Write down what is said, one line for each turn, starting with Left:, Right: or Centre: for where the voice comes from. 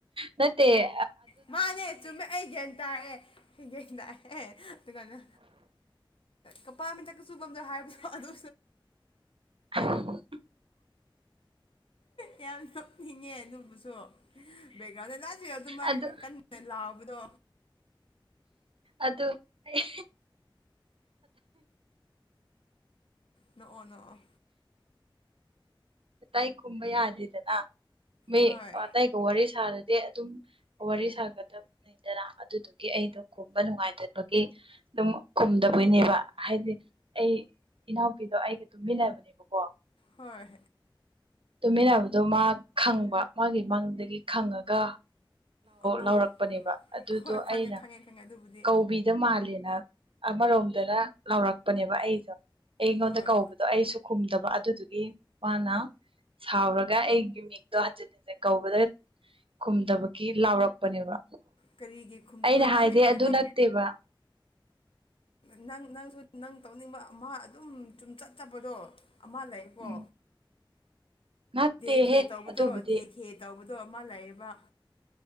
Right: ꯃꯦ
Left: ꯃꯥꯅꯦ ꯆꯨꯝꯃꯦ ꯑꯩ ꯒꯦꯟ ꯇꯥꯏꯔꯦ ꯒꯦꯟ ꯇꯥꯏꯔꯦ ꯑꯗꯨ ꯀꯩꯅꯣ ꯀꯄꯥ ꯃꯤꯇ ꯀ ꯁꯨꯝꯗ ꯍꯥꯏꯕ ꯑꯗꯨ
Right: ꯍ <unintelligible>
Left: ꯌꯥꯝ ꯁꯄꯉ ꯑꯗꯨ ꯕꯥꯒꯅ
Right: ꯑꯗꯨ
Left: <unintelligible> ꯇꯕꯗꯣ
Right: ꯑꯗ ꯑꯩ
Left: ꯅ‌ꯣꯛꯑꯣ ꯅ‌ꯣꯛꯑꯣ
Right: ꯇꯥꯏ ꯈꯨꯝꯕ ꯌꯥꯗꯦꯗꯅ ꯃꯤ
Left: ꯍꯣꯏ
Right: ꯑꯇꯥꯏꯒ ꯋꯥꯔꯤ ꯁꯥꯔꯗꯤ ꯑꯗꯨꯝ ꯋꯥꯔꯤ ꯁꯥꯒꯗꯕꯅꯤꯗꯅ ꯑꯗꯨꯗꯨꯒꯤ ꯑꯩꯗꯣ ꯈꯨꯝꯕ ꯅꯨꯡꯉꯥꯏꯇꯕꯒꯤ ꯑꯗꯨꯝ ꯈꯨꯝꯗꯕ ꯇꯣꯏꯅꯦꯕ ꯍꯥꯏꯗꯤ ꯑꯩ ꯏꯅꯥꯎꯄꯤꯗꯣ ꯑꯩꯒ ꯇꯨꯝꯃꯤꯟꯅꯕꯅꯦꯕꯀꯣ
Left: ꯍꯣꯏ
Right: ꯇꯨꯃꯤꯟꯅꯕꯗꯣ ꯃꯥ ꯈꯪꯕ ꯃꯥꯒꯤ ꯃꯪꯗꯒꯤ ꯈꯪꯉꯒ
Left: ꯑꯣ
Right: ꯂꯥꯎꯔꯛꯄꯅꯦꯕ ꯑꯗꯨꯗꯣ
Left: ꯍꯣꯏ ꯈꯪꯉꯦ
Right: ꯑꯩꯅ
Left: ꯈꯪꯉꯦ ꯈꯪꯉꯦ ꯑꯗꯨꯕꯨꯗꯤ
Right: ꯀꯧꯕꯤꯗ ꯃꯥꯜꯂꯦꯅ ꯑꯃꯔꯣꯝꯗꯅ ꯂꯥꯎꯔꯛꯄꯅꯦꯕ ꯑꯩꯁꯨ ꯑꯩꯉꯣꯟꯗ
Left: ꯍꯣꯏ
Right: ꯀꯧꯕꯗꯣ ꯑꯩꯁꯨ ꯈꯨꯝꯗꯕ ꯑꯗꯨꯗꯨꯒꯤ ꯃꯥꯅ ꯁꯥꯎꯔꯒ ꯑꯩꯒꯤ ꯃꯤ ꯑꯗꯣ ꯍꯟꯖꯤꯟ ꯍꯟꯖꯤꯜ ꯀꯧꯕꯗ ꯈꯨꯝꯗꯕꯒꯤ ꯂꯥꯎꯔꯛꯄꯅꯦꯕ
Left: ꯀꯔꯤꯒꯤ ꯈꯨꯝꯗꯕꯗꯣ
Right: ꯑꯩꯅ ꯍꯥꯏꯗꯤ
Left: ꯅꯪꯁꯨ ꯀꯩꯅꯣ
Right: ꯑꯗꯨ ꯅꯠꯇꯦꯕ
Left: ꯅꯪ ꯅꯪꯁꯨ ꯅꯪ ꯇꯧꯅꯤꯡꯕ ꯑꯃ ꯑꯗꯨꯝ ꯆꯨꯝ ꯆꯠꯇꯕꯗꯣ ꯑꯃ ꯂꯩꯌꯦꯀꯣ
Right: ꯎꯝ ꯅꯠꯇꯦꯍꯦ
Left: ꯗꯦ ꯈꯦ ꯇꯧꯕꯗꯣ
Right: ꯑꯗꯨꯕꯨꯗꯤ
Left: ꯗꯦ ꯈꯦ ꯇꯧꯕꯗꯣ ꯑꯗꯨ ꯑꯃ ꯂꯩꯌꯦꯕ